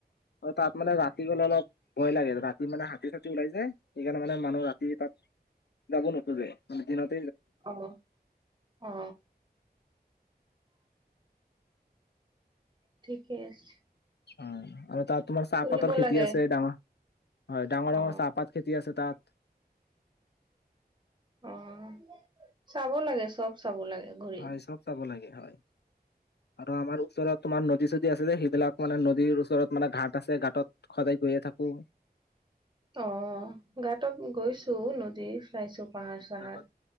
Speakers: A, on the left; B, on the right.
A: আৰু তাত মানে ৰাতি গ'লে অলপ ভয় লাগে। ৰাতি মানে হাতী চাতী ওলাই যে, সেইকাৰণে মানে মানুহ ৰাতি তাত যাব নোৱাৰে টোৰে নিদিনত
B: অ', অ। ঠিকে আছে।
A: অ', আৰু তাত তোমাৰ চাহপাতৰ
B: ফুৰিব
A: খেতি
B: লাগে
A: আছে ডাঙৰ। হয়, ডাঙৰ
B: অ
A: ডাঙৰ চাহপাত খেতি আছে তাত।
B: অ', চাব লাগে চব চাব লাগে। ঘূৰি
A: হয়, চব চাব লাগে। হয় আৰু, আমাৰ ওচৰত তোমাৰ নদী চদী আছে যে সেইবিলাক মানে নদীৰ ওচৰত মানে ঘাট আছে ঘাটত সদায় গৈয়ে থাকো।
B: অ', গাতত গৈছো নদীৰ। চাইছো পাহাৰ চাহাৰ।
A: ঘাটত